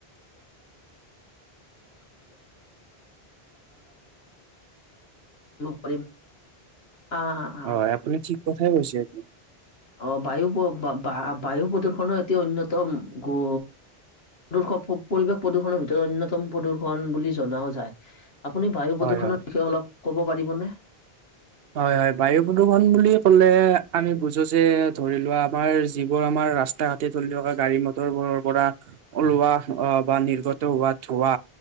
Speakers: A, on the left (about 75°); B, on the right (about 70°).
A: পাৰমি আহ
B: হয়, আপুনি ঠিক কথাই কৈছে এইটো।
A: অ', বায়ু বা বায়ু প্ৰদূ্ষণো এটিয়া অন্যতম গো প্ৰদূষণ, পৰিৱেশ প্ৰদূষনৰ ভিতৰত অন্যতম প্ৰদূষন বুলি জনাও যায়। আপুনি বায়ু
B: হয়
A: প্ৰদূষণৰ
B: হয়
A: বিষয়ে অলপ ক'ব পাৰিবনে?
B: হয়, হয়, বায়ু প্ৰদূষণ বুলি ক'লে, আমি বুজো যে, ধৰি লোৱা আমাৰ যিবোৰ আমাৰ ৰাষ্ট্ৰ তাহঁতে তুলি থকা, গাড়ী-মটৰবোৰৰ পৰা ওলোৱা বা নিৰ্গত হোৱা ধোঁৱা